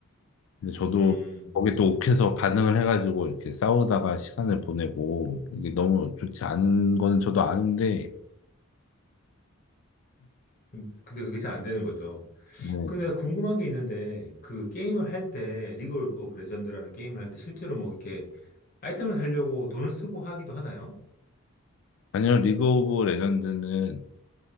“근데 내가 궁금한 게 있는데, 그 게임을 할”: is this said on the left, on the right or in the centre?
Left